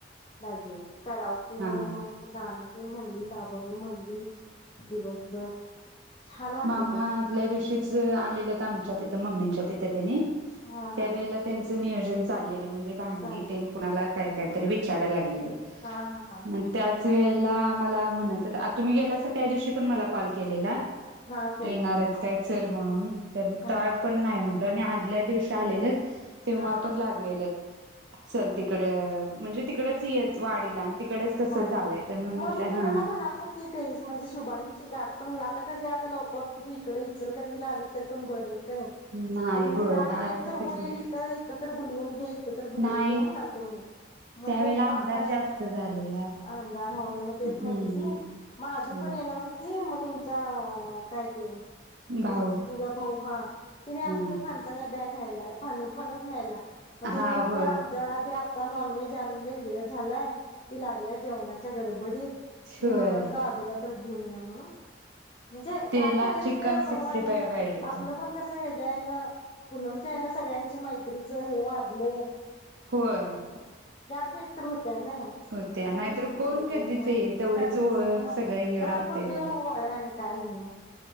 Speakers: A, on the left; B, on the right.
A: दाजीना कराओके
B: हा
A: वर ते मग गाणे ते म्हणली अभंग म्हणली दिवसभर छान वाटलं
B: मामा
A: ते
B: आदल्या दिवशीच आलेल्यात अ आमच्या तिथं मम्मींच्या तिथं तेतेनी
A: हा
B: त्या
A: हा
B: वळेला त्यांच नियोजन चाललेलं म्हणजे भांडी
A: चालेल
B: ते कुणाला काय कायतरी विचारा लागील. अलेलेत
A: हा हा हा
B: मंग त्याच वेळत ला मला म्हणतोत्या. आत तुम्ही गेल्यास च त्या दिवशी पण मला कॉल केलेला.
A: हा केलता
B: येणारेच
A: हा
B: काय चल म्हणून, तर
A: हा
B: ताय पण नाही म्हण त्यानी आदल्या दिवशी आलेलेत. तेव्हां
A: हा
B: आपण लागलेलेत. चल तिकडं म्हणजे तिकडच येच वाडीला आणि तिकडच तसं
A: वाडीत,
B: जाऊया तर म्हंटलं
A: म मी कोणाला
B: हा
A: म्हणालतो की ते म्हणजे शुभांगीची गाठ पण लाग ता कसी आता लवकर कुठे ये इकडे इचलकरंजीला आलीस तरी पण बरं काय.
B: नाही
A: त म्हणजे
B: होय
A: गाठभेट
B: आता
A: तर
B: कधी
A: होईल
B: भेट
A: इतं, इतं तर बोलवून घे ते तर बोलवून
B: नाही
A: घे म्हणालतो मी. मंग
B: त्यावेेळेला
A: ते बा
B: अंधार
A: आत्ताच,
B: जास्त झालेला
A: अंधार होय म तेच
B: हम्म
A: म्हणते ती माधू
B: होय
A: पण येणार होती. ये मतुम चा काय ते
B: भाऊ
A: तुझा भाऊ हां, ते मी
B: हा
A: आलते ते फणसाया ब्या न्ह्यायला, अं का नी फणस न्ह्यायला. म
B: हा
A: ते मी म्हणलं
B: होय
A: आमच्या <unintelligible> ता नॉनवेज चाल्ली, वेळ झाला. ती लागल्या जेवणाच्या गडबडीत,
B: होय
A: मी म्हणालतो आदुला तर गेऊन या म्हणून. म्हणजे,
B: त्याला
A: गाठ झाल्यास
B: चिकन
A: तेवढं बरं
B: सिक्स्टी
A: वाटलं
B: फाय
A: स.
B: पाहिजे होते
A: आपलं पण कसं हेज्यानं, पूनमच्या हे नं सगळ्यांची मैत्रीचं हे वाढले.
B: होय
A: बेटतं भौ त्या नाही,
B: होत्या
A: नाहीतर म कुठलं
B: कोण कधीच
A: चव हां.
B: ये तेवढीच
A: कधीचं
B: ओळख
A: मग,
B: सगळं हे
A: हां
B: राहते
A: कुठली मग वळन आणि ह्य.